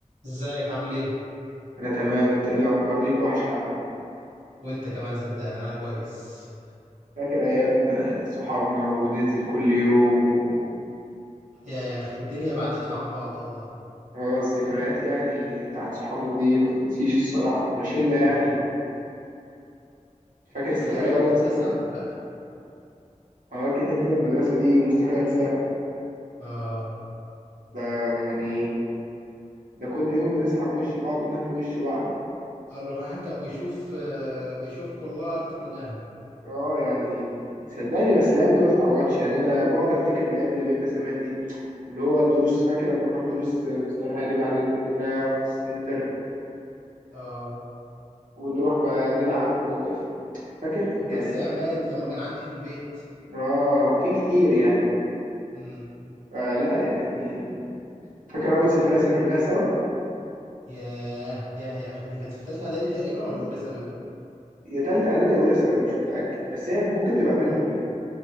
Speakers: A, on the right; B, on the right.
A: ازيك عامل ايه
B: انا تمام انت ايه الاخبار ليك وحشه يا عم
A: وانت كمان صدقني انا كويس
B: فاكر ايام آه، صحابنا وننزل كل يوم و-
A: يا يا اخي الدنيا بعدتنا عن بعض والله
B: خلاص ذكريات يعني بتاعت صحابنا دي ما تتنسيش الصراحه كنا شله يعني
A: اه
B: فاكر السفريه
A: فاكر ايام المدرسه
B: اول سفريه
A: ولا لا
B: اه كده كده المدرسه دي مستحيل انساها
A: اه
B: ده يعني ده كل يوم بنصحى في وش بعض وننام في وش بعض يعني
A: اه لو الواحد كان بيشوف آه بيشوفك والله اكتر من اهله
B: اه يعني صدقني بس الايام دي ما تتعوضش يعني انا بقعد افتكر الايام اللي بينا زمان دي واللي هو الدروس فاكر لما كنا نروح دروس آه، مستر هاني بعد الج- بتاعه في السنتر
A: اه
B: ونروح بقى نلعب و... فاكر
A: والدرس
B: يعني في
A: عماد
B: كتير
A: لما كان عندي في البيت
B: اه في كتير يعني
A: امم
B: آه لا يعني فاكر اول سفرية سافرناها سوا
A: ياه يا يا اخي دي كانت في تالتة اعدادي تقريبا ولا اولى ثانوي
B: يا تالتة اعدادي يا اولى ثانوي مش متأكد بس هي ممكن تبقى بينهم يعني